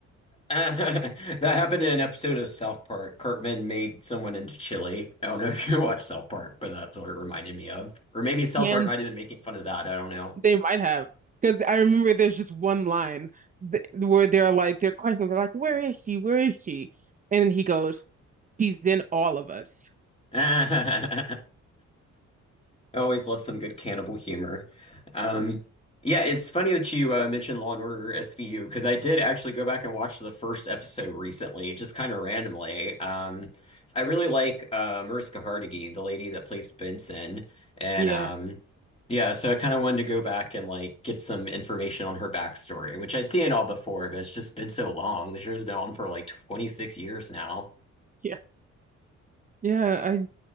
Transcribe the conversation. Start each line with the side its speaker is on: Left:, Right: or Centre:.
Left: <laughs> that happened in an episode of South Park. Cartman made someone into chili. I don't know if you <laughs> watch South Park, but that's what it reminded me of. Or maybe South
Right: Yeah,
Left: Park might have been making fun of that. I don't know.
Right: They might have, because I remember there's just one line th where they're like they're questioning. They're like, "Where is she? Where is she?" And he goes, "He's in all of us."
Left: <laughs> I always love some good cannibal humor. Um, yeah, it's funny that you uh, mentioned Law and Order SVU because I did actually go back and watch the first episode recently, just kind of randomly. Um, I really like uh, Mariska Hargitay, the lady that plays Benson, and
Right: Yeah,
Left: um, yeah, so I kind of wanted to go back and like get some information on her backstory, which I'd seen all before, but it's just been so long. The show's been on for like 26 years now.
Right: yeah, yeah. I